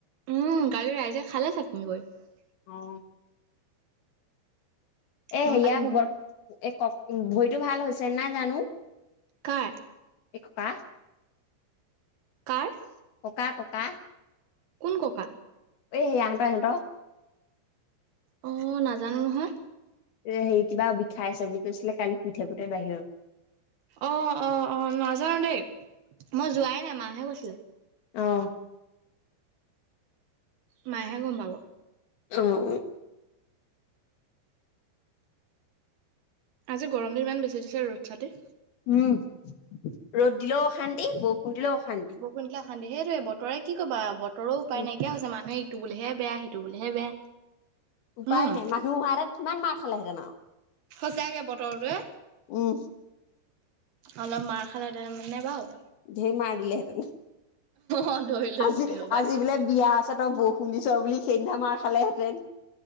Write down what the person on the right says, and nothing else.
উম গালি ৰাইজে খালে চাকমি গৈ <unintelligible>
মই
কালি সোমবাৰ
কাৰ?
কাৰ?
কোন, ককা?
অ, নাজানো নহয়।
অ অ অ, নযানু দেই মই যোৱাই নাই মাহাহে কৈছিলে।
মায়েহে গম পাব,
আজি গৰম দিন ইমান বেছি দিছে ৰ'দ ছাতি।
বৰষুণ দিলে সেইটোৱে বতৰে কি ক'বা বত ৰো উপায়
নাইকিয়া হৈছে মানুহে বুলিহে বেয়া সিটো বুলিহে বেয়া
উম
সঁচাকে বতৰটোৱে
অলপ মাৰ খালে তাৰমানে বাৰু।
অ ধৰি লৈ
গোটেই সোপাই।